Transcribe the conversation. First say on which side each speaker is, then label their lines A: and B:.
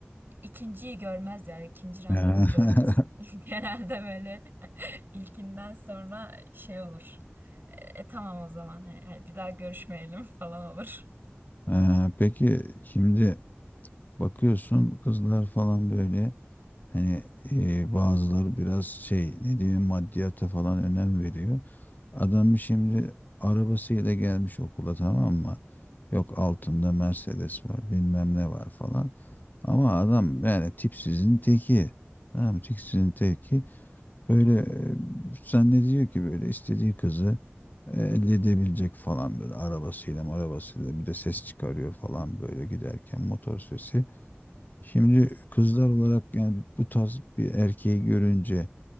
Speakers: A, on the right; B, on the left.
A: ikinciyi görmez ya ikinci randevuyu
B: Ha. <laughs>
A: görmez. <laughs> Genelde böyle <laughs> ilkinden sonra şey olur. E, e, tamam o zaman hani, hani bir daha görüşmeyelim <laughs> falan olur.
B: Ha, Peki şimdi Bakıyorsun kızlar falan böyle hani e, bazıları biraz şey ne diyeyim maddiyata falan önem veriyor. Adam şimdi arabasıyla gelmiş okula tamam mı? Yok altında Mercedes var bilmem ne var falan. Ama adam yani tipsizin teki. Tamam mı? tipsizin teki. Böyle e, zannediyor ki böyle istediği kızı e, elde edebilecek falan böyle arabasıyla arabasıyla bir de ses çıkarıyor falan böyle giderken motor sesi. Şimdi kızlar olarak yani bu tarz bir erkeği görünce